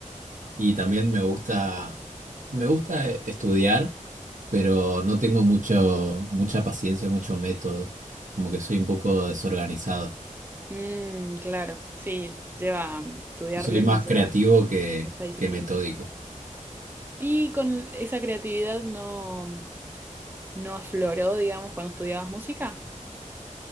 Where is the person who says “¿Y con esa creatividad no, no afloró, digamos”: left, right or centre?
Right